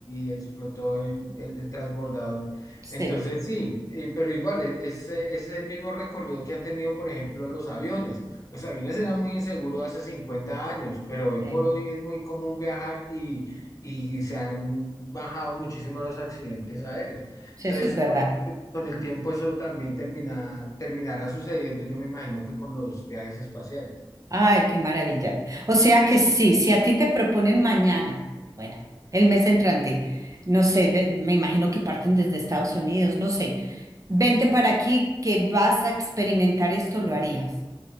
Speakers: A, on the left; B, on the right.
A: y explotó el, el- el transbordador.
B: sí,
A: Entonces sí, eh, pero igual es, es, eh, es el mismo recorrido que han tenido, por ejemplo, los aviones. Los aviones eran muy inseguros hace 50 años, pero hoy
B: sí.
A: por hoy es muy común viajar y, y se han bajado muchísimo los accidentes aéreos.
B: Sí,
A: Entonces,
B: eso es verdad.
A: con el tiempo eso también termina, terminará sucediendo, yo me imagino que con los viajes espaciales.
B: Ay, qué maravilla. O sea que sí, si a ti te proponen mañana, bueno, el mes entrante, no sé, de- me imagino que parten desde Estados Unidos, no sé, vente para aquí que vas a experimentar esto, lo harías.